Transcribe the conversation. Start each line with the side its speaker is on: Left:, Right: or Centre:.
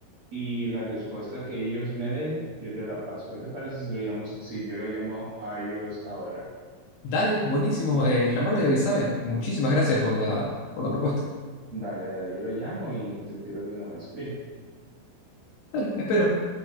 Right: y la respuesta que ellos me den, yo te la paso. ¿Qué te parece si lo llamo, si yo lo llamo a ellos ahora?
Left: Dale, buenísimo. Eh, llamalo y avísame. Muchísimas gracias por la, por la propuesta.
Right: Dale, dale, yo lo llamo y te tiro de una vez. Bien.
Left: Dale, espero.